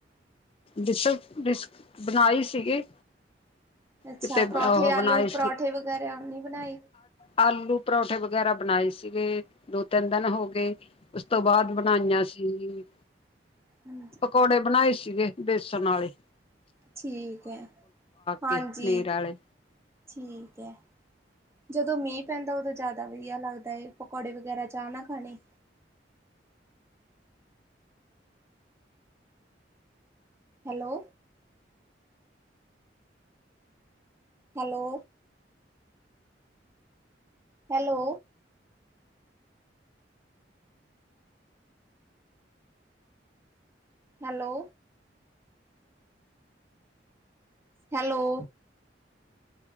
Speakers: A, on the left; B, on the right.
A: ਡਿਸ-ਡਿਸ ਬਣਾਈ ਸੀਗੀ।
B: ਅੱਛਾ,
A: ਕਿਤੇ
B: ਪਰੌਂਠੇ
A: ਉਹ ਬਣਾਈ
B: ਆਲੂ ਪਰੌਠੇ ਵਗੈਰਾ ਨੀ ਉਹ ਬਣਾਏ?
A: ਆਲੂ-ਪਰੌਂਠੇ ਵਗੈਰਾ ਬਣਾਏ ਸੀਗੇ ਦੋ ਤਿੰਨ ਦਿਨ ਹੋ ਗਏ, ਉਸ ਤੋਂ ਬਾਅਦ ਬਣਾਈਆਂ ਸੀ।
B: ਹੂੰ
A: ਪਕੌੜੇ ਬਣਾਏ ਸੀਗੇ ਵੇਸਣ ਆਲੇ।
B: ਠੀਕ ਐ। ਹਾਂਜੀ,
A: ਕੇ ਪਨੀਰ ਵਾਲੇ
B: ਠੀਕ ਐ। ਜਦੋਂ ਮੀਂਹ ਪੈਂਦਾ ਉਦੋਂ ਜ਼ਿਆਦਾ ਵਧੀਆ ਲੱਗਦਾ ਐ, ਪਕੌੜੇ ਵਗੈਰਾ ਚਾਹ ਨਾ ਖਾਣੇ। Hello. Hello. Hello. Hello. Hello.